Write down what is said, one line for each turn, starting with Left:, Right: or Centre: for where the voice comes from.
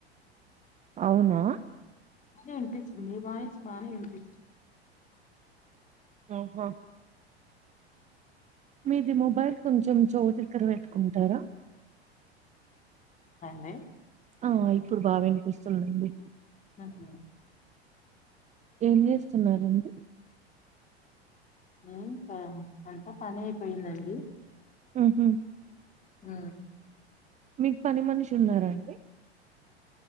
Right: అవునా
Left: వినిపిస్తుంది మీ వాయిస్ బానే వినిపిస
Right: ఆహ మీది మొబైల్ కొంచెం చేవు దగ్గర పెట్టుకుంటారా
Left: డి
Right: ఆ ఇప్పుడు బా వినిపిస్తుందండి
Left: ఆహా
Right: ఏం జేస్తున్నారండి
Left: ఏ అంతా పని అయిపోయిందండి
Right: ఊహు
Left: హ
Right: మీకు పని మనిషి ఉన్నారా అండి